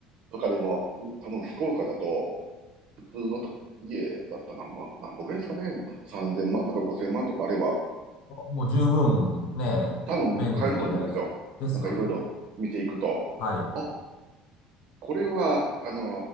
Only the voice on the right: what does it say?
とかでも、多分福岡だと、普通のと家だったら何ぼ、何ぼぐらいですかね。3000万とか5000万とかあれば、
多分買えると思うんですよ。
なんかいろいろ見ていくと。
あ、これは、あの